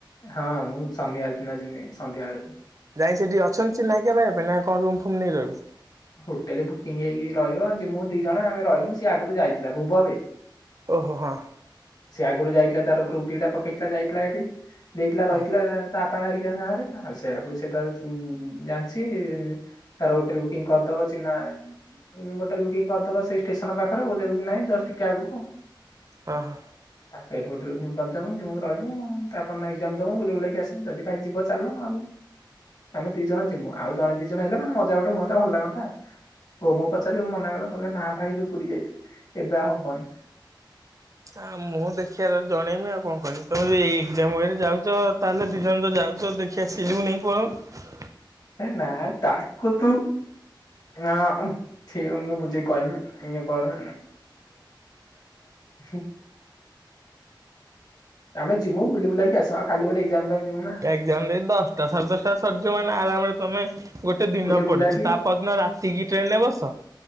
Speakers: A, on the left; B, on the right.
A: ହଁ ମୁଁ ଶନିିବାର ଦିନ ଯିବି ସନ୍ଧ୍ୟା ବେଳକୁ
B: ଯାଇକି ସେଠି ଅଛନ୍ତି ଚିହ୍ନା କିଏ ରହିବା ପାଇଁ ନା କଣ ରୁମ୍ ଫୁମ୍ ନେଇ ରହିବୁ।
A: ହୋଟେଲ ବୁକିଂ ହେଇକି ରହିବ ଯେ ମୁଁ ଦି ଜଣ ଆମେ ରହିବୁ ସିଏ ଆଗରୁ ଯାଇଥିଲା ଭୁବବେ <inaudible>
B: ଓହୋ ହୋ ହଁ
A: ସେ ଆଗରୁ ଯାଇଥିଲା ତାର ଗ୍ରୁପ ଦିଟା ପକେଇଥିଲା ଯାଇଥିଲା ସେଠିକି ଦେଇଥିଲା
B: ହଁ
A: ରହିଥିଲା ଆ ତା ହେରିକା ସାଙ୍ଗରେ ଆଉ ସେଆକୁ ସେତ ଉ ଜାଣିଛି ତାର ଟ୍ ଥିଲେ ବୁକିଂ କରିଦବ ଚିହ୍ନା ହୋଟେଲ ବୁକିଂ କରିଦବା ସେଇ ଷ୍ଟେସନ ପାଖରେ ଓ୍ଲବୁ କି ନାଇଁ ଜଷ୍ଟ ଟିକେ ଆଗକୁ
B: ହଁ ହଁ
A: କରିଦବୁ ଯୁଁ ରହିବୁ ଆପଣ ଏଜାମ ଦବେ ବୁଲାକି ଆସେ ଯଦି କାଲି ଯିବା ଚାଲ ନହେଲେ ଆମେ ଦି ଜଣ ଯିମୁ ଆଉ ଜଣେ ଦି ଜଣ ହେଲେ ମାନେ ମଜା ମଜି ହୁନ୍ତା ଭଲ ଲାଗନ୍ତା ହୋ ମୁଁ ପଚାରିଲି ମନା କଲେ କହେ ନା ଭାଇ ଏ ପୁରୀ ଯାଇଥିଲି ଏବେ ଆଉ ହବନି
B: ଆ ମୁଁ ଦେଖିବାରେ ଜଣେଇବି ଆଉ କଣ କରିବି ତମେ ଏଇ ଏକ୍ଜାମରେ ଯାଉଛ ତାହେଲେ ଦି ଜଣ ଯାଉଛ ଦେଖ ଖିଆ ସିଲୁକୁ ନେଇକି ପଳଉନୁ
A: ହେ ନା ତାକୁ ତୁ ନା ଥିର ମୁଁ ବୁଝେଇ କହମି ଇ ପର <unintelligible> ଆମେ ଯିମୁ ବୁଲି ବୁଲକି ଆସ ଆ ଖାଲି ଗୋଟେ ଏକ୍ଜାମ ପାଇଁ ଯିବୁ ନା
B: ଏଜାମ ଦେଇ ଦଶଟା ସାଢେ ଦଶଟା ସରିଯିବ ମାନେ ଆରାମରେ ତମେ ଗୋ ଗୋଟେ ଦିନ
A: ବୁଲି ବୁଲାକି
B: ପଡ଼ିଛି ତା ପରଦିନ ରାତିକି ଟ୍ରେନରେ ବସ